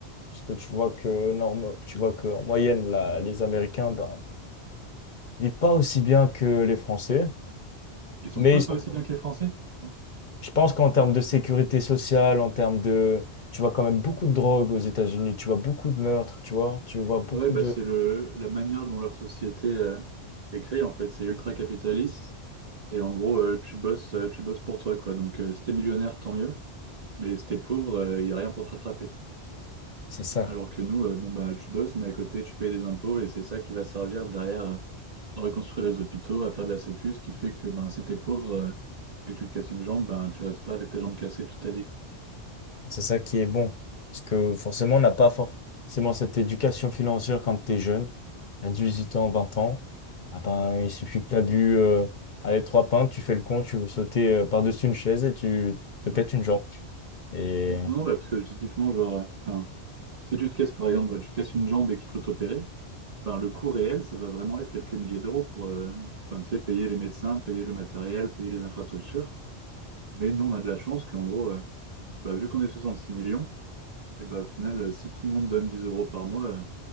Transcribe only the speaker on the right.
Ils sont
quoi,
pas
aussi bien que les Français? Hein
Ouais, bah
c'est le la manière dont leur société euh, est créée, en fait. C'est ultra capitaliste. Et en gros, euh, tu bosses, euh, tu bosses pour toi, quoi. Donc, euh, si t'es millionnaire, tant mieux. Mais si t'es pauvre, il n'y a rien pour te rattraper.
Alors que nous, euh, bon bah tu bosses, mais à côté, tu payes des impôts et c'est ça qui va te servir derrière. euh, à reconstruire les hôpitaux, à faire de la sécu, ce qui fait que ben, si t'es pauvre euh, et que tu te casses une jambe, ben, tu restes pas avec ta jambe cassée toute ta vie.
Ouais.
N- Non, bah, parce que typiquement, genre, euh, enfin, si tu te casses par exemple, tu te casses une jambe et qu'il faut t'opérer, ben, le coût réel, ça va vraiment être quelques milliers d'euros pour euh, enfin, tu sais, payer les médecins, payer le matériel, payer les infrastructures. Mais nous, on a de la chance qu'en gros, euh, bah, vu qu'on est 66 millions, et ben au final, euh, si tout le monde donne 10 euros par mois, euh,